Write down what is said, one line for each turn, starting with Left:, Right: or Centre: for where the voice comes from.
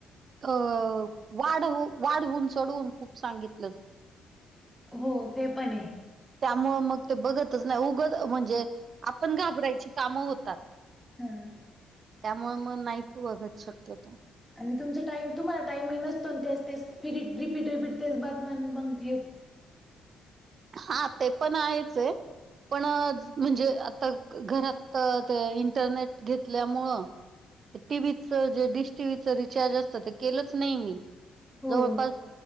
Right: अ वाढव वाढवून चढवून खूप सांगितलं
Centre: हो ते पण आहे
Right: त्यामुळं मग ते बघतच नाही उगाच म्हणजे आपण घाबरायची कामं होतात
Centre: हम
Right: त्यामुळे मग नाहीच बघत शक्यतो
Centre: आणि तुमचा टाईम तुम्हाला टाईम नसतो आणि तेच ते फिरी रिपीट रिपीट तेच बातम्या मग हे
Right: हा ते पण आहेच आहे. पण म्हणजे आता घरात ते इंटरनेट घेतल्यामुळं टीव्हीच जे डिश टीव्हीच रिचार्ज असतं ते केलंच नाही मी.
Centre: हो
Right: जवळपास